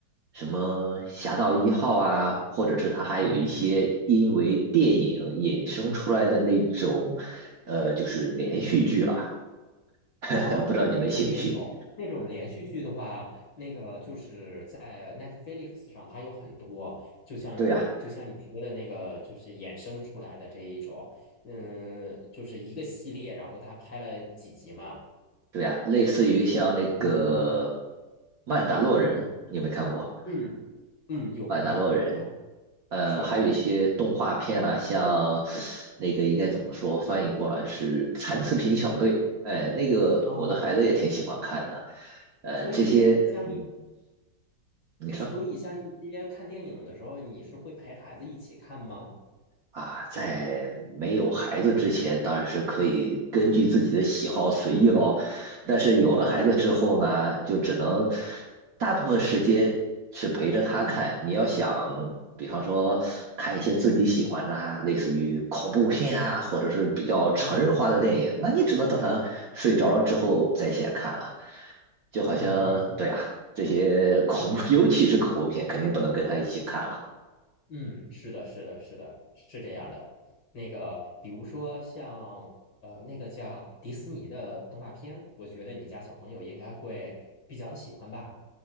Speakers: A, on the right; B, on the left.
A: 什么《侠盗一号》啊，或者是它还有一些因为电影衍生出来的那种，
B: 嗯嗯，
A: 呃，就是连续剧了，<laughs>
B: 哦，
A: 不知道你们兴趣？
B: 那种也有，那种连续剧的话，那个就是在 Netflix 上，它有很多，就像就像你说的那个，
A: 对呀，
B: 就是衍生出来的这一种，嗯，就是一个系列，然后它拍了几集嘛。
A: 对呀，类似于像那个
B: 嗯嗯
A: 《曼达洛人》，你有没有看过？
B: 嗯嗯，有看有看，
A: 曼达洛人，呃，
B: 是
A: 还有一些动画片啊，像那个应该怎么说，翻译过来是《残次品小队》，哎，那个我的孩子也挺喜欢看的，
B: 哦。
A: 呃，
B: 所以像一
A: 这些，嗯，你说。
B: 呃所以像一些看电影的时候，你是会陪孩子一起看吗？
A: 啊，在没有孩子之前，当然是可以根据自己的喜好随意咯。但是有了孩子之后呢，
B: 哦，是的，
A: 就只能大部分时间是陪着他看。你要想，比方说看一些自己喜欢的啊，类似于恐怖片啊，或者是比较成人化的电影，
B: 啊，
A: 那你只能等他睡着了之后在线看了。就好像，
B: 嗯嗯，
A: 对啊，这些恐怖，
B: 对，
A: <laughs> 尤其是恐怖片，肯定不能跟他一起看了。
B: 嗯，是的，是的，是的，是这样的。那个，比如说像呃，那个叫迪士尼的动画片，我觉得你家小朋友应该会比较喜欢吧。